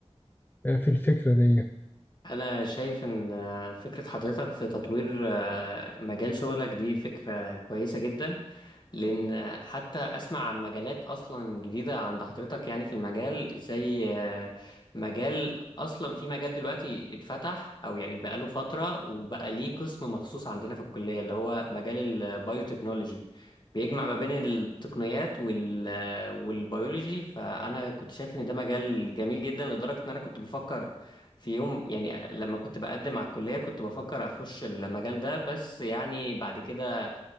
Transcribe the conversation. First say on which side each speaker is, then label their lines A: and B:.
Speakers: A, on the left; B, on the left.
A: آه، في الفكرة دي؟
B: أنا شايف إن آه، فكرة حضرتك في تطوير آه، مجال شغلك دي فكرة كويسة جدا لان حتى اسمع عن مجالات اصلا جديده عند حضرتك يعني في المجال زي آه، مجال اصلا في مجال دلوقتي اتفتح او يعني بقاله فتره وبقى ليه قسم مخصوص عندنا في الكليه اللي هو مجال البايوتكنولوجي بيجمع ما بين التقنيات وال آه، والبيولوجي فانا كنت شايف ان ده مجال جميل جدا لدرجه ان انا كنت بفكر في يوم يعني لما كنت بقدم على الكليه كنت بفكر اخش المجال ده بس يعني بعد كده